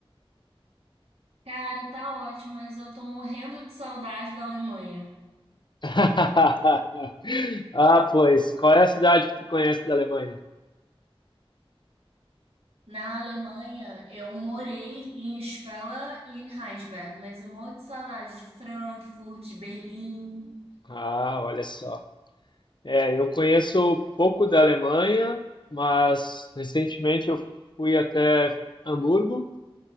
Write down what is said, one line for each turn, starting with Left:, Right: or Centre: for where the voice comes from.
Right: Cara, tá ótimo, mas eu tô morrendo de saudade da Alemanha.
Left: <laughs> Ah, pois, qual é a cidade que tu conhece da Alemanha?
Right: Na Alemanha, eu morei em Spella e em Heinsberg, mas eu morro de saudade de Frankfurt, de Berlim.
Left: Ah, olha só. É, eu conheço pouco da Alemanha, mas recentemente eu fui até Hamburgo